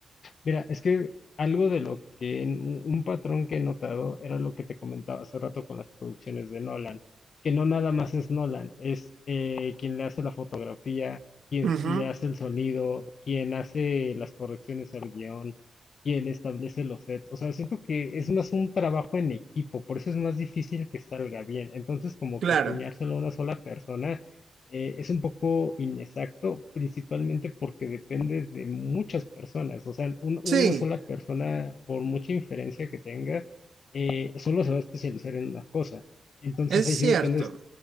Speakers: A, on the left; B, on the right.
A: Mira, es que algo de lo que, un un patrón que he notado era lo que te comentaba hace rato con las producciones de Nolan, que no nada más es Nolan, es eh, quien le hace la fotografía, quien
B: Ujú,
A: le hace el sonido, quien hace las correcciones al guión, quien establece los sets. O sea, siento que es más un trabajo en equipo, por eso es más difícil que salga bien. Entonces, como
B: Claro.
A: que acuñárselo a una sola persona eh, es un poco inexacto, principalmente porque depende de muchas personas. O sea, un-
B: Sí,
A: una sola persona, por mucha inferencia que tenga, eh, solo se va a especializar en una cosa. Entonces
B: es
A: ahí
B: cierto.
A: sí dependes,